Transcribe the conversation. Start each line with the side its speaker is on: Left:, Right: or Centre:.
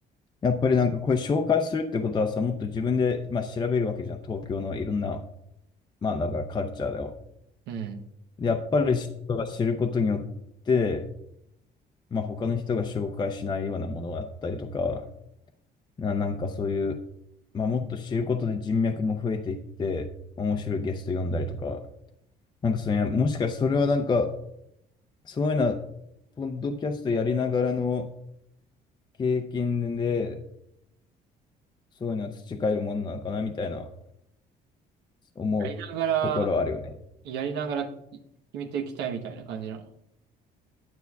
Left: やっぱりなんかこれ紹介するってことはさ、もっと自分で、まあ、調べるわけじゃん。東京のいろんな、まあだからカルチャーだよ。
Right: ううん。
Left: で、やっぱり知人が知ることによって、まあ他の人が紹介しないようなものだったりとか、な、なんかそういう、まあもっと知ることで人脈も増えていって、面白いゲスト呼んだりとか、なんかそれ、もしかしてそれはなんか、そういうな、ポッドキャストやりながらの経験で、そういうのは培えるものなのかなみたいな思うところはあるよね。
Right: やりながら、やりながらい決めていきたいみたいな感じなの。